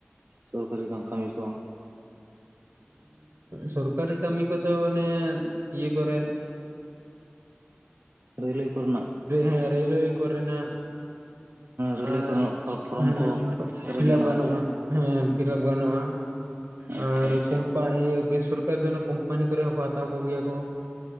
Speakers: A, on the right; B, on the right.
A: ᱥᱚᱨᱠᱟᱨᱤ ᱠᱟᱱ ᱠᱟᱹᱢᱤ ᱠᱚ
B: ᱥᱚᱨᱠᱟᱨᱤ ᱠᱟᱹᱢᱤ ᱠᱚᱫᱚ ᱚᱱᱮ ᱤᱭᱟᱹ ᱠᱚᱨᱮ
A: ᱨᱮᱞᱮ ᱠᱚᱨᱮᱱᱟᱸᱜ
B: ᱦᱮᱸ ᱨᱮᱞᱣᱮᱭ ᱠᱚᱨᱮᱱᱟᱜ
A: ᱨᱤᱞᱟᱹᱭ
B: ᱟᱨ
A: ᱠᱚᱨᱮᱱᱟᱜ ᱯᱷᱚᱨᱚᱢ
B: <unintelligible>
A: ᱠᱚ ᱯᱮᱨᱮᱡ
B: ᱯᱷᱤᱞᱟᱯ ᱜᱟᱱᱚᱜᱼᱟ
A: ᱦᱮᱸ ᱥᱮ
B: ᱦᱩᱸ ᱯᱤᱨᱟᱹᱠ ᱵᱟᱱᱩᱜᱼᱟ
A: ᱟᱪᱪᱷᱟ
B: ᱟᱨ
A: ᱟᱪᱪᱷᱟ
B: ᱠᱩᱢᱯᱟ ᱤᱭᱟᱹ ᱵᱤᱥ ᱨᱩᱯᱤ ᱫᱚ ᱱᱩᱝ ᱠᱩᱢ ᱯᱟᱱᱤ ᱠᱚᱨᱮ ᱦᱚᱸᱠᱚ ᱦᱟᱛᱟᱣ ᱠᱚᱜᱮᱭᱟ ᱠᱚ